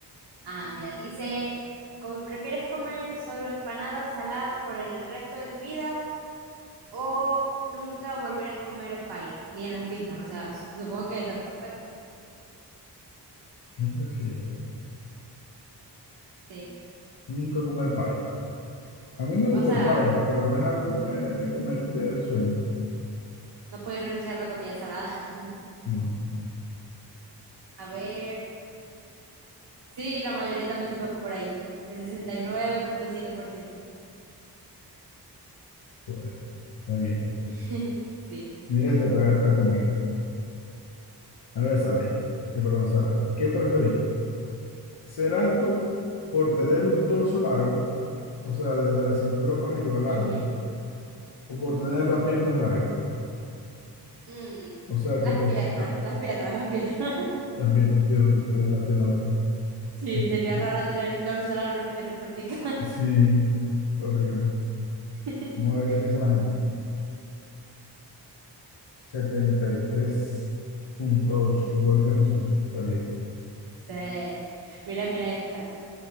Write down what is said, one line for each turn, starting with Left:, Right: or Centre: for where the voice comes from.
Right: Ah, mira, dice, co- ¿prefieres comer solo empanadas saladas por el resto de tu vida o nunca volver a comer pay, ni en las fiestas? O sea, s- supongo que de torta, pues.
Left: ¿Qué prefiero?
Right: Sí.
Left: Nunca comer pay. A mí me gusta
Right: O sea,
Left: el pay, pero no es algo que me, que me quite el sueño.
Right: No podéis renunciar a la comida salada. <laughs>
Left: No,
Right: A ver, sí, la mayoría también se fue por ahí. El sesenta y nueve punto siete por ciento
Left: bueno, está bien.
Right: <laughs> Sí.
Left: Mira, esta está, está cómica. A ver, Saray, que perdón, Saray. ¿Qué preferí? ¿Ser alto por tener un torso largo? o sea, desde la cintura para arriba, largo,
Right: Ujú.
Left: o por tener las piernas largas.
Right: Mm,
Left: O sea que
Right: Las
Left: tú
Right: piernas,
Left: ah,
Right: las piernas, las piernas. <laughs>
Left: también prefiero tener las piernas largas.
Right: Sí,
Left: Es
Right: sería
Left: que-
Right: raro
Left: eh,
Right: tener el torso largo y las piernas corticas.
Left: sí, horrible.
Right: <laughs>
Left: Vamos a ver qué piensa la gente. Setenta y tres punto ocho igual que nosotros. Está bien.
Right: Sí. Mira, mira esta.